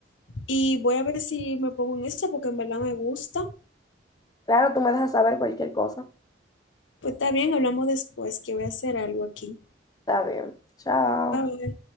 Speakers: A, on the left; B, on the left.
A: y voy a ver si me pongo en esto porque en verdad me gusta.
B: Claro, tú me dejas saber cualquier cosa.
A: Pues está bien, hablamos después, que voy a hacer algo aquí.
B: Está bien. Chao.
A: Bye.